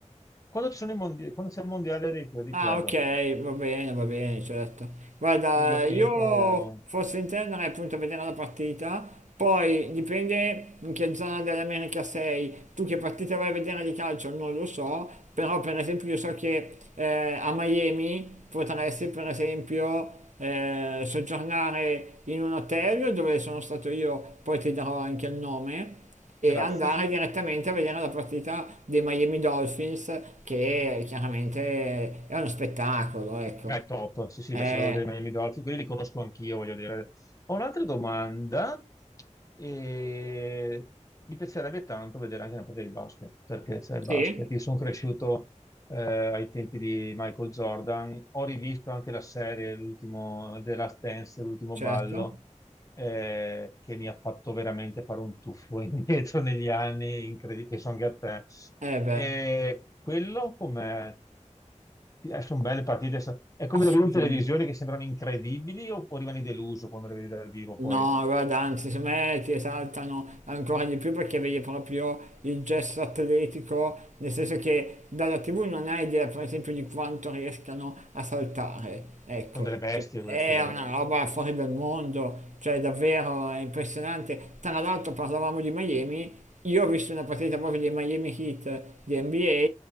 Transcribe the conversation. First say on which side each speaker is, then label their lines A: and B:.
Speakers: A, on the left (about 25°); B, on the right (about 75°).
A: Quando ci sono i mondiali, quando c'è il mondiale dei, dei
B: Ah,
A: club,
B: ok, va bene, va bene, certo. Guarda,
A: quindi ho tempo.
B: io forse intenderei appunto a vedere la partita, poi dipende in che zona dell'America sei. Tu che partita vai a vedere di calcio non lo so, però per esempio io so che eh, a Miami potresti per esempio eh, soggiornare in un hotel dove sono stato io, poi ti darò anche il nome e
A: Grazie.
B: andare direttamente a vedere la partita dei Miami Dolphins, che chiaramente è uno spettacolo, ecco.
A: Beh, top. Sì, sì,
B: Eh,
A: beh, se vado a vedere i Miami Dolphins, quelli li conosco anch'io, voglio dire. Ho un'altra domanda e mi piacerebbe tanto vedere anche una partita di basket, perché c'è il
B: sì,
A: basket. Io sono cresciuto eh, ai tempi di Michael Jordan. Ho rivisto anche la serie, l'ultimo The Last Dance, l'ultimo
B: certo.
A: ballo, eh, che mi ha fatto veramente fare un tuffo <laughs> indietro negli anni, incredibile, penso anche a te.
B: Eh beh,
A: E quello come sono belle partite, sa- è come
B: assolutamente.
A: le vedi in televisione che sembrano incredibili o, o rimani deluso quando le vedi dal vivo
B: No,
A: poi?
B: guarda, anzi, secondo me ti esaltano ancora di più perché vedi proprio il gesto atletico, nel senso che dalla TV non hai idea, per esempio, di quanto riescano a saltare. Ecco,
A: Sono delle bestie
B: cioè,
A: queste,
B: è una roba fuori dal mondo, cioè davvero è impressionante. Tra l'altro parlavamo di Miami, io ho visto una partita proprio dei Miami Heat di NBA,